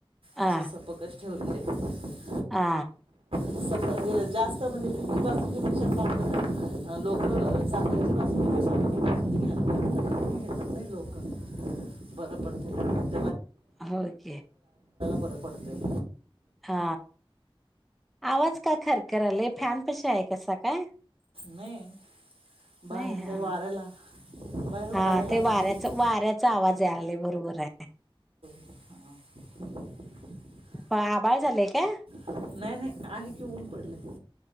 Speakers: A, in the centre; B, on the right (about 85°).
A: हा
B: असे सपक अशी ठेवलेली आहे
A: हा
B: सपक जास्त म्हणजे किती बासुंदीपेक्षा साख लोक सांगतील तस आम्ही मग बनवून देतो ते लोकं बरं पडतेय मग
A: होय की
B: बरं पडतय
A: हा आवाज का खरखरालाय फॅन पशी आहे कसा काय
B: नाही बाहेरच्या
A: नाही हा
B: वाऱ्याला बाहेर वाऱ्याला
A: हा ते
B: आहे
A: वाऱ्याच,
B: ना
A: वाऱ्याचा आवाज आलालय बरोबर आहे
B: ह
A: म आभाळ झालय काय
B: नाही नाही आहे कि ऊन पडलय